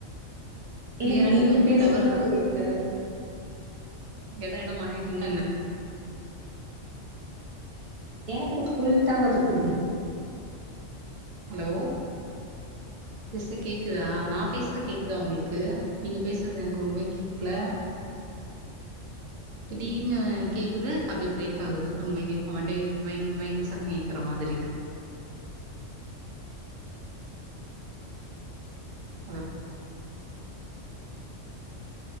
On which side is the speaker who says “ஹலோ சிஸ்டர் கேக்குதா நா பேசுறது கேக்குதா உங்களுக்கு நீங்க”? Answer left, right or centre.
Right